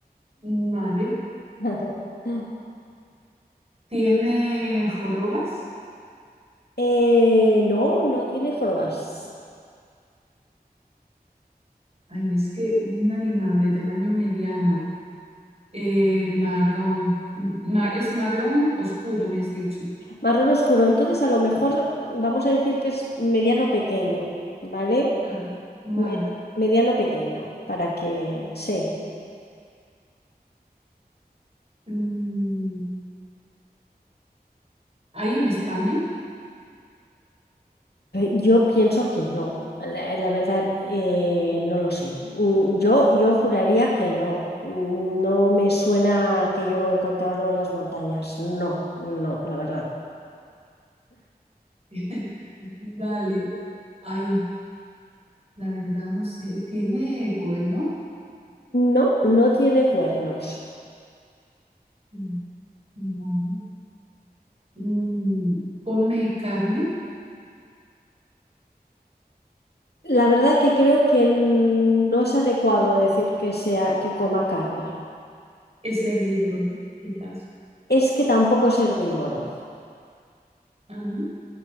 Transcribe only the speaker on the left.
<laughs>
Eh, no, no tiene jorobas.
Marrón oscuro. Entonces, a lo mejor vamos a decir que es mediano pequeño, ¿vale?
Medi- Mediano pequeño, para que sí.
Pero Yo pienso que no. La, la verdad, eh, no lo sé. Mm, Yo, yo juraría que no. Mm, No me suena que yo encontrarlo en las montañas. No, no, la verdad.
No, no tiene cuernos.
La verdad que creo que n- no es adecuado decir que sea que coma carne.
Es que tampoco es herbívoro.